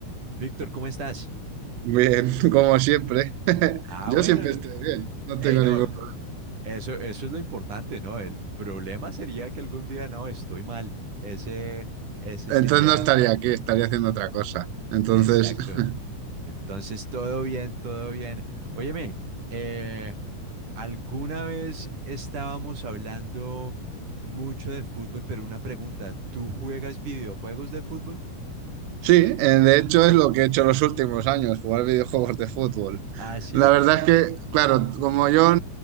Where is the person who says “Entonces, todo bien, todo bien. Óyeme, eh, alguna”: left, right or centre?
Right